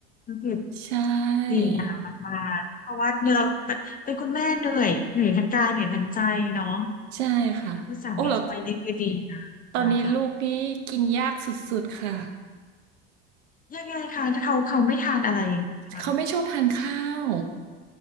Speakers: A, on the left (about 25°); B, on the right (about 80°).
A: ก็คือ
B: ใช่
A: ดีงามมากๆเพราะว่าเนี่ยเรามันเป็นคุณแม่เหนื่อยเหนื่อยทั้งกายเหนื่อยทั้งใจเนาะ
B: ใช่ค่ะโอ้แล้ว
A: ถ้าคุณสามีช่วยนี่คือดีงามมากค่ะ
B: ตอนนี้ลูกนี่กินยากสุดๆค่ะ
A: ยังไงคะถ้าเขาเขาไม่ทานอะไรคะ
B: เขาไม่ชอบทานข้าว